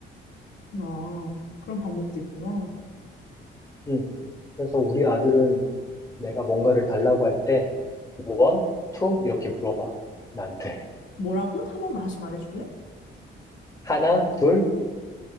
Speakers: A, on the left; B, on the left.
A: 아, 그런 방법도 있구나.
B: 응. 그래서 우리 아들은 내가 뭔가를 달라고 할때 원, 투 이렇게 물어봐. 나한테.
A: 뭐라고? 한번 다시 말해줄래?
B: 하나, 둘,